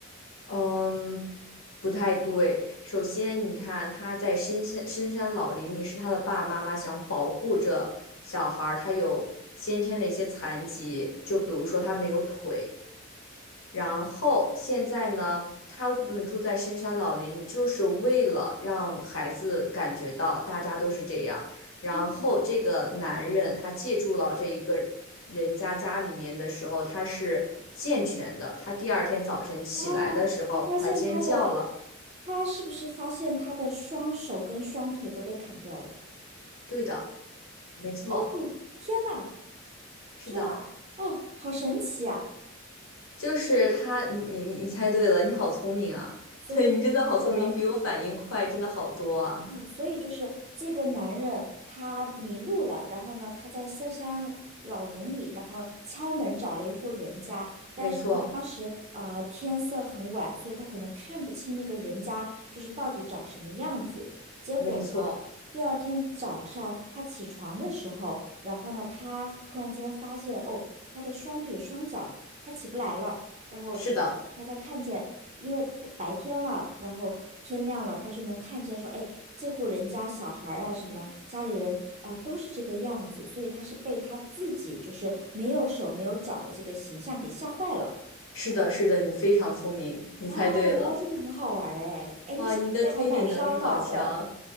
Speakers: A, on the left; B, on the right.
A: 嗯，不太对。首先，你看他在深山深山老林里，是他的爸爸妈妈想保护着小孩儿，他有先天的一些残疾，就比如说他没有腿。然后现在呢，他们住在深山老林就是为了让孩子感觉到大家都是这样。然后这个男人他借住到这一个人家家里面的时候，
B: 嗯嗯，
A: 他是健全的。他第二天早晨起来的时候，
B: 哦，他发现他的
A: 他尖叫了。
B: 他是不是发现他的双手跟双腿都被砍掉了？
A: 对的，没错，
B: 哦，天呐，
A: 是的，
B: 天呐，哦，好神奇啊！
A: 就是他。你你你猜对了，你好聪明啊！<laughs>
B: 所以就是
A: 对，你真的好聪明，比我反应快，真的好多啊！
B: 嗯，所以就是这个男人他迷路了，然后呢，他在深山老林里，然后敲门找了一户人家，但是呢，
A: 没错，
B: 当时呃天色很晚，所以他可能看不清那个人家就是到底长什么样子。结果呢，
A: 没错，
B: 第二天早上他起床的时候，然后呢，他突然间发现哦，他的双腿双脚他起不来了。然后
A: 是的。
B: 他才看见，因为白白天了，然后天亮了，他就能看见说，哎，这户人家小孩儿啊，什么家里人啊，都是这个样子，所以他是被他自己就是没有手没有脚的这个形象给吓坏了。
A: 是的，是的，你非常聪明，你猜对了。
B: 哦，原来这个很好玩儿哎，哎，你想这个还蛮烧脑的，
A: 哇，你的推理能力好强，